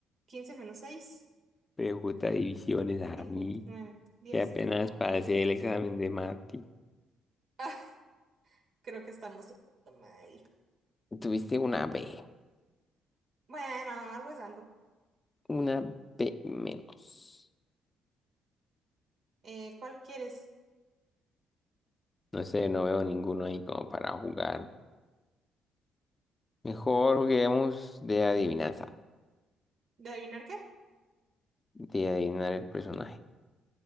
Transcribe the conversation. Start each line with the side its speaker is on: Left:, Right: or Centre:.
Right: quince menos seis
Left: Pregunta divisiones a
Right: cinco
Left: mí,
Right: nueve diez
Left: que apenas
Right: Ay,
Left: pasé el examen de mate.
Right: <laughs> ah, creo que estamos mal.
Left: Tuviste una B,
Right: Bueno, algo es algo.
Left: una B menos.
Right: Eh, ¿cuál quieres?
Left: No sé, no veo ninguno ahí como para jugar. Mejor juguemos de adivinanza,
Right: ¿De adivinar qué?
Left: de adivinar el personaje.